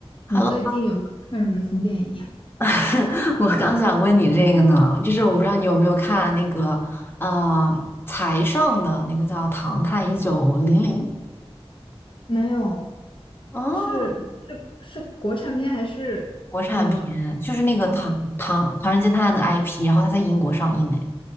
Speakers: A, on the left; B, on the left.
A: Hello，
B: 你最近有没有看什么新电影呀？
A: <laughs> 我刚想问你这个呢，就是我不知道你有没有看那个呃财上的那个叫《唐探一九零零》
B: 没有，
A: 啊，
B: 是是是国产片还是呃
A: 国产片，就是那个唐唐唐人街探案的
B: 呃
A: IP，然后它在英国上映呢。